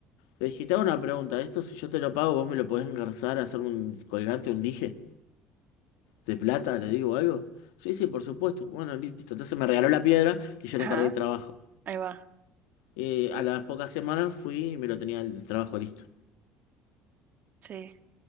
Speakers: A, on the left; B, on the right.
A: le dije, te hago una pregunta, esto si yo te lo pago, vos me lo podés engarzar, hacer un colgante, un dije de plata, le digo algo. Sí, sí, por supuesto. Bueno, listo. Entonces me regaló la piedra y yo
B: ajá,
A: le encargué el trabajo.
B: ahí va,
A: Eh, a las pocas semanas fui y me lo tenía el trabajo listo.
B: sí.